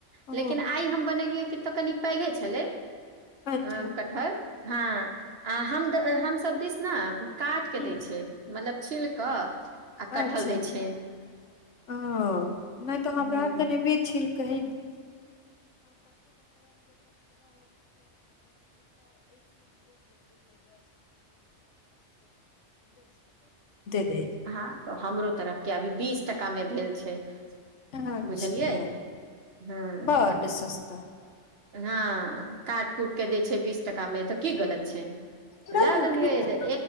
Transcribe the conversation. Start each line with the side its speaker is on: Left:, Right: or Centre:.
Left: ओ
Right: लेकिन आइ हम बनेलियै कि तऽ कनि पैघे छलै
Left: अच्छा
Right: आम कटहर हँ आ हम हम सब दिश ने काट के
Left: ह
Right: दै छै मतलब छिल कऽ आ कटहल
Left: अच्छा
Right: दै छै
Left: ओ नहि तऽ हमरा
Right: हँ
Left: आर तऽ बनेबै छील कऽ <unintelligible>
Right: हँ तऽ हमरो तरफ के अभी बीस टका मे भेल छै
Left: अच्छा
Right: बुझलियै हँ
Left: बड सस्ता
Right: हँ काट कुट के दै छै बीस टाका मे तऽ की गलत छै
Left: नहि
Right: लए
Left: नहि
Right: लेलियै
Left: ठीक छै
Right: जे